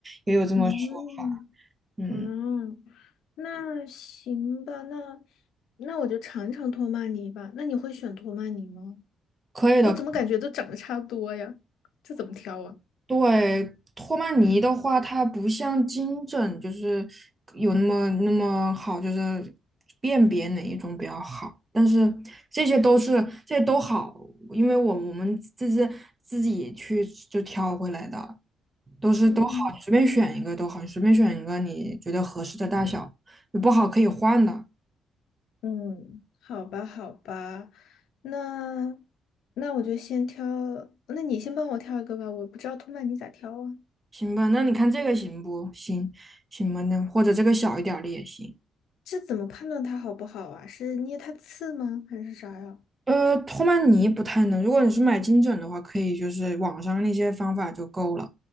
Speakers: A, on the right; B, on the left.
A: 也有这么说法。
B: 嗯
A: 嗯，
B: 嗯，那行吧，那那我就尝尝托曼尼吧。那你会选托曼尼吗？
A: 可以的。
B: 我怎么感觉都长得差不多呀？这怎么挑啊？
A: 对，托曼尼的话，它不像金枕，就是有那么那么好，就是辨别哪一种比较好。但是这些都是这些都好，因为我我们这是自己去就挑回来的，都是都好，
B: 嗯
A: 你随便选一个都好，你随便选一个你觉得合适的大小，你不好可以换的，
B: 嗯，好吧好吧，那那我就先挑，那你先帮我挑一个吧，我不知道托曼尼咋挑啊？
A: 行吧？那你看这个行不行？行吧，那或者这个小一点儿的也行。
B: 这怎么判断它好不好啊？是捏它刺吗？还是啥呀？
A: 呃，托曼尼不太能。如果你是买金枕的话，可以就是网上那些方法就够了。